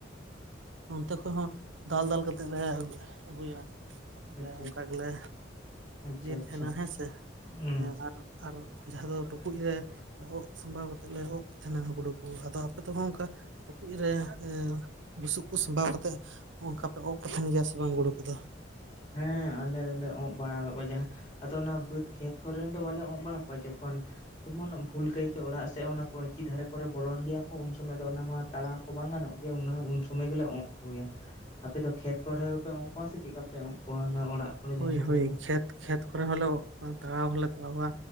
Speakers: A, on the right (about 80°); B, on the left (about 25°).
A: ᱱᱚᱱᱛᱮ ᱠᱷᱚᱡ ᱦᱚᱸ ᱫᱟᱞ ᱫᱟᱞ ᱠᱟᱛᱮᱫ ᱞᱮ ᱟᱹᱜᱩ ᱟᱹᱜᱩᱭᱟ᱾ ᱛᱟᱯᱚᱨᱮ
B: ᱟᱪᱪᱷᱟ
A: ᱚᱱᱠᱟ ᱜᱮᱞᱮ
B: ᱟᱪᱪᱷᱟ
A: ᱤᱭᱟᱹᱭ
B: ᱟᱪᱪᱷᱟ
A: ᱛᱟᱦᱮᱱᱟ ᱦᱮᱸ ᱥᱮ
B: ᱦᱩᱸ
A: ᱟᱨ ᱟᱨ ᱡᱟᱦᱟᱸ ᱫᱚ ᱴᱩᱠᱩᱡ ᱨᱮ ᱚᱸᱜ ᱥᱟᱢᱵᱟᱣ ᱠᱟᱛᱮᱫ ᱞᱮ ᱚᱸᱜ ᱠᱚ ᱛᱟᱦᱮᱸᱱᱟ ᱜᱩᱰᱩ ᱠᱚ, ᱟᱫᱚ ᱟᱯᱮ ᱫᱚ ᱦᱚᱜ ᱚᱱᱠᱟ ᱴᱩᱠᱩᱡ ᱨᱮ ᱮᱸ ᱵᱩᱥᱩᱵ ᱠᱚ ᱥᱟᱵᱟᱣ ᱠᱟᱛᱮᱫ ᱚᱱᱠᱟ ᱯᱮ ᱚᱸᱜ ᱠᱚ ᱛᱟᱦᱮᱸᱱ ᱜᱮᱭᱟ ᱥᱮ ᱵᱟᱝ ᱜᱩᱰᱩ ᱠᱚ ᱫᱚ?
B: ᱦᱮᱸ ᱟᱞᱮ ᱦᱚᱸ ᱞᱮ ᱚᱸᱜ ᱵᱟᱲᱟ ᱟᱠᱟᱫ ᱠᱚᱣᱟ ᱡᱟᱦᱟᱸ ᱟᱫᱚ ᱚᱱᱟ ᱵᱟᱹᱫᱽ ᱠᱷᱮᱛ ᱠᱚᱨᱮᱱ ᱫᱚ ᱵᱟᱞᱮ ᱚᱸᱜ ᱵᱟᱲᱟ ᱠᱚᱣᱟ ᱡᱚᱠᱷᱚᱱ ᱡᱮᱢᱚᱱ ᱵᱷᱩᱞ ᱠᱟᱹᱭᱛᱮ ᱚᱲᱟᱜ ᱥᱮᱫ ᱚᱱᱟ ᱯᱟᱹᱭᱪᱤ ᱫᱷᱟᱨᱮ ᱠᱚᱨᱮ ᱵᱚᱞᱚᱱ ᱜᱮᱭᱟ ᱠᱚ ᱩᱱ ᱥᱚᱢᱚᱭ ᱫᱚ ᱚᱱᱟ ᱢᱟ ᱛᱟᱲᱟᱣ ᱠᱚ ᱵᱟᱝ ᱜᱟᱱᱚᱜ ᱜᱮᱭᱟ ᱚᱱᱟ ᱩᱱ ᱥᱚᱢᱚᱭ ᱜᱮᱞᱮ ᱚᱸᱜ ᱠᱚ ᱜᱮᱭᱟ, ᱟᱯᱮ ᱫᱚ ᱠᱷᱮᱛ ᱠᱚᱨᱮ ᱦᱚᱸᱯᱮ ᱚᱸᱜ ᱠᱚᱣᱟ ᱥᱮ ᱪᱮᱫᱠᱟ ᱯᱮ ᱯᱮ ᱚᱸᱜ ᱠᱣᱭᱟ ᱚᱱᱟ ᱚᱲᱟᱜ ᱠᱚᱨᱮ
A: ᱦᱳᱭ
B: ᱡᱟᱦᱟᱸ ᱠᱚ
A: ᱦᱳᱭ
B: ᱵᱚᱞᱮ
A: ᱠᱷᱮᱛ ᱠᱷᱮᱛ ᱠᱚᱨᱮ ᱦᱚᱸᱞᱮ ᱚᱸᱜ ᱠᱚᱣᱟ ᱛᱟᱲᱟᱣ ᱦᱚᱸᱞᱮ ᱛᱟᱲᱟᱣ ᱠᱚᱣᱟ᱾